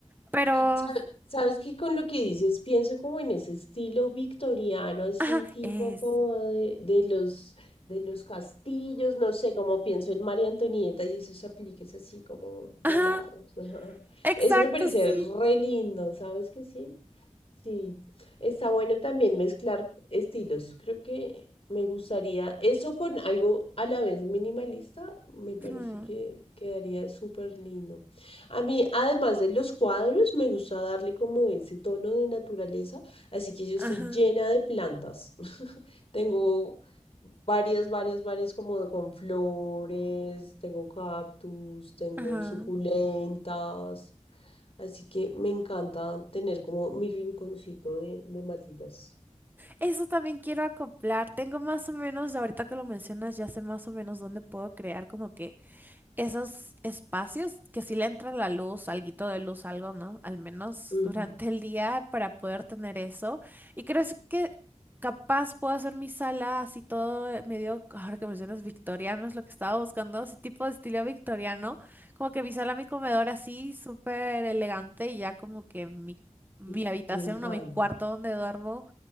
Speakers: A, on the right; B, on the left.
A: Pero,
B: Sa- Sabes que con lo que dices pienso como en ese estilo victoriano, así
A: ajá,
B: tipo
A: eso.
B: como de, de los de los castillos, no sé, como pienso en María Antonieta y esos apliques así como
A: Ajá,
B: dorados. <laughs>
A: Exacto,
B: Eso me parece
A: sí.
B: re lindo, ¿sabes que sí? Sí, está bueno también mezclar estilos. Creo que me gustaría eso con algo a la vez minimalista, me parece
A: Mm,
B: que quedaría súper lindo. A mí, además de los cuadros, me gusta darle como ese tono de naturaleza, así que yo estoy
A: Ajá.
B: llena de plantas. <laughs> Tengo varias, varias, varias como con flores, tengo cactus, tengo
A: Ajá.
B: suculentas. Así que me encanta tener como mi rinconcito de, de matitas.
A: Eso también quiero acoplar. Tengo más o menos, ahorita que lo mencionas, ya sé más o menos dónde puedo crear como que esos espacios que sí le entra la luz, alguito de luz, algo, ¿no? Al menos
B: Ujú,
A: durante el día para poder tener eso. Y creo es que capaz puedo hacer mi sala así todo eh, medio, ahora que mencionas victoriano, es lo que estaba buscando, así tipo de estilo victoriano, como que mi sala, mi comedor así súper elegante y ya como que mi, mi
B: m-
A: habitación,
B: Me encanta.
A: no, mi cuarto donde duermo